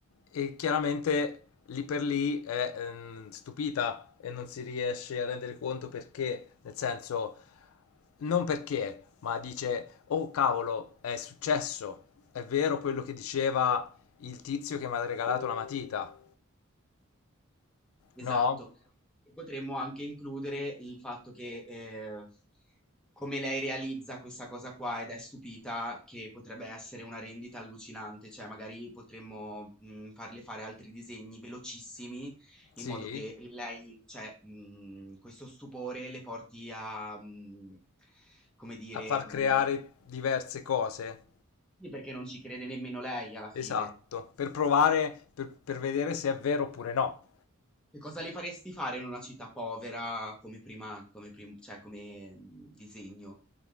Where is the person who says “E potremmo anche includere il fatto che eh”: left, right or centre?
Centre